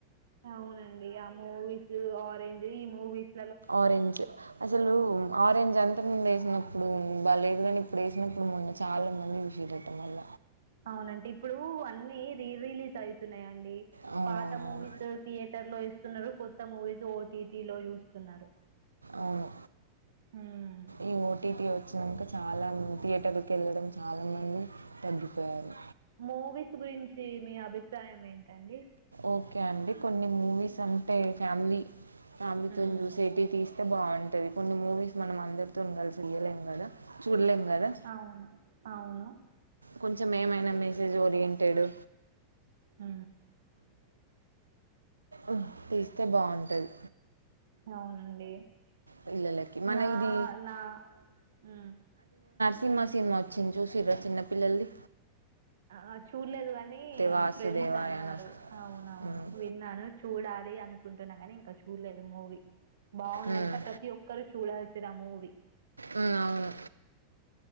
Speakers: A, on the right; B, on the right.
A: అవునండి ఆ మూవీస్ ఆరెంజ్ ఈ మూవీస్
B: ఆరెంజ్ అసలు ఆరెంజ్ అం ఇ ముందు వేసినప్పుడు బాగాలేదు కాని ఇప్పుడు వేసినప్పుడు మొన్న చాలా మంది చూసడటం మళ్ళ
A: అవునండి ఇప్పుడు అన్నీ రీ రిలీజ్ అయితున్నాయండి
B: అవునవునవును
A: పాత మూవీస్ థియేటర్ లో ఇస్తున్నారు కొత్త మూవీస్ ఓటీటీ లో చూస్తున్నారు
B: అవును
A: మ్మ్
B: ఈ ఓటీపీ ఓ వచ్చినాక చాలా థియేటర్కి వెళ్ళడం చాలా మంది తగ్గిపోయారు
A: మూవీస్ గురించి మీ అభిప్రాయం ఏంటండి
B: ఓకే అండి కొన్ని మూవీస్ అంటే ఫ్యామిలీ అమితోని
A: మ్మ్
B: చూసేటి తీస్త అయితే బాగుంటది కొన్ని మూవీస్ మనం అందరితో ఉ కలిసి రియల్ం కదా చూడలేం కదా
A: అవును అవును
B: కొంచెం మేమైన మెసేజ్ ఓరియంటెడ్దు
A: ఊ
B: ఉ తీస్తే బాగుంటది
A: అవునండి
B: పిల్లలకి మన
A: నా
B: ఇది
A: నా ఉ
B: సినిమా సినిమా వచ్చింది చూసిరా చిన్నపిల్లల్ది
A: ఆ చూలేదు కాని
B: వాసుదేవాయ
A: ఫ్రెండ్స్ అన్నారు
B: అని వస్తుంది
A: అవునవును
B: ఉమ్.
A: విన్నాను చూడాలి అనుకుంటున్నా కాని ఇంకా చూ చూలేదుమూవి బౌందంట
B: ఉమ్.
A: ప్రతి ఒక్కరు చూడాల్సి ఇదా మూవి
B: ఉ అవును